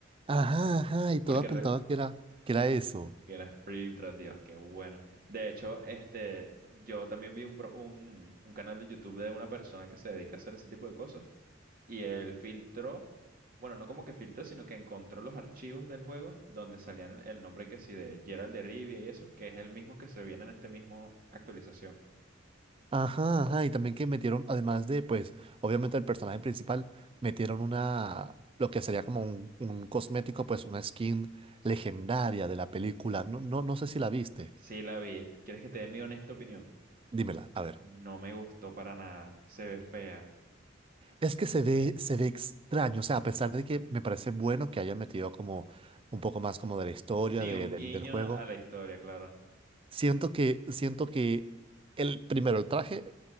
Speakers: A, on the right; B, on the right.
A: Ajá, ajá, y
B: Porque
A: todo apuntaba
B: re-
A: que era, que era eso.
B: Era Spring Tras Dios, qué bueno. De hecho, este, yo también vi un, pro- un, un canal de YouTube de una persona que se dedica a hacer ese tipo de cosas y él filtró, bueno, no como que filtró, sino que encontró los archivos del juego donde salían el nombre que sí de Gerald de Rivia y eso, que es el mismo que se viene en este mismo actualización.
A: Ajá, ajá, y también que metieron, además de, pues, obviamente el personaje principal, metieron una, lo que sería como un, un cosmético, pues, una skin legendaria de la película. No, no, no sé si la viste.
B: Sí, la vi. ¿Quieres que te dé mi honesta opinión?
A: Dímela, a ver.
B: No me gustó para nada. Se ve fea.
A: Es que se ve, se ve extraño, o sea, a pesar de que me parece bueno que hayan metido como un poco más como de la historia
B: Sí,
A: de-
B: un
A: del
B: guiño
A: del juego.
B: a a la historia, claro.
A: Siento que, siento que el primero, el traje